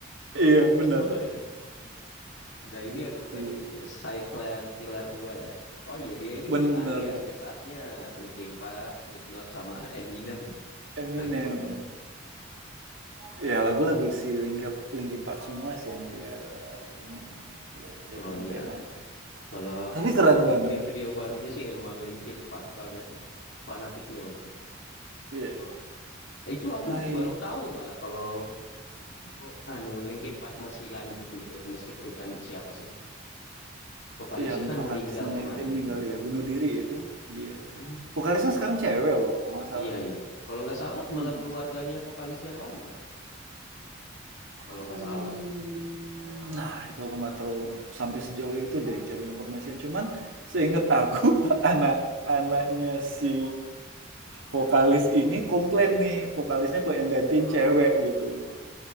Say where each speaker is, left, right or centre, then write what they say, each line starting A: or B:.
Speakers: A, on the right; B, on the left.
A: iya
B: <laughs>
A: benar
B: malah ikut. Nah
A: itu
B: ini aku bukannya Cyclan Killer 2 ya. Oh iya dia ini
A: benar
B: anu ya mess up-nya Linkin Park, Slipknot sama Eminem ya.
A: Eminem
B: Keren juga.
A: ya lagu-lagu si Linkin Linkin Park semua sih yang dia ini dia jadiin
B: Oh iya
A: temanya gitu.
B: kalau
A: tapi keren banget
B: video-video barunya sih emang Linkin Park banget ya. Fanatiknya mungkin.
A: iya
B: Itu aku
A: Hai
B: baru tahu malah kalau Oh, anu Linkin Park masih lanjut gitu meskipun kan siapa sih Vokalisnya
A: Yang
B: kan
A: vokalisnya
B: meninggal kemarin.
A: Aduh itu meninggal ya, bunuh diri itu dia.
B: Hmm,
A: Vokalisnya
B: baru tahu.
A: sekarang cewek loh, kalau nggak salah.
B: Iya, iya. Kalau nggak salah
A: Hmm.
B: malah keluarganya vokalis yang lama. Kalau
A: Hmm,
B: nggak salah.
A: nah itu aku nggak terlalu sampai sejauh itu deh cari informasinya. Cuman seingat aku <laughs> anak-anaknya si vokalis ini komplain nih vokalisnya kok yang gantiin cewek gitu loh.